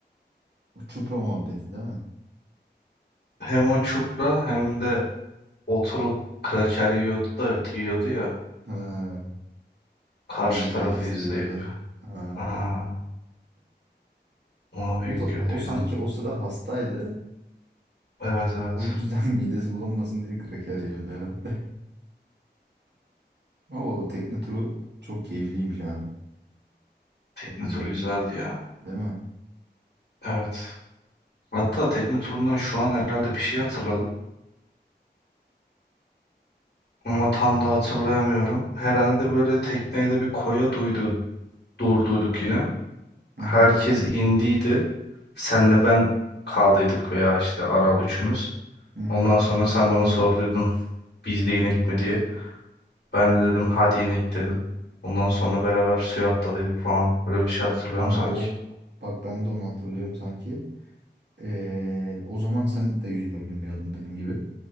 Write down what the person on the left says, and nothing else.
Hem o çupra hem de oturup kraker yiyordu da yiyordu ya
karşı
tarafı
izleyip.
Aa, ona büyük
güldüydüm.
Evet evet.
Tekne
turu güzeldi ya.
Evet. Hatta tekne turundan şu an herhalde bir şey hatırladım. Ama tam da hatırlayamıyorum. Herhalde böyle tekneyle bir koya duydu, durduyduk yine.
Herkes indiydi. Senle ben kaldıydık veya işte Aral üçümüz.
Ondan sonra sen bana sorduydun biz de inek mi diye. Ben de dedim hadi inek dedim. Ondan sonra beraber suya atladıydık falan. Böyle bir şey hatırlıyorum
sanki.